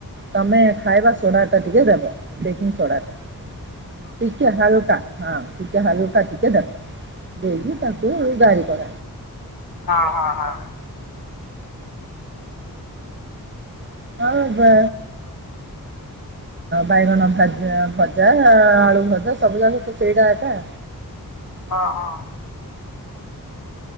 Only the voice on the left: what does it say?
ହଁ ହଁ ହଁ।
ହଁ ହଁ।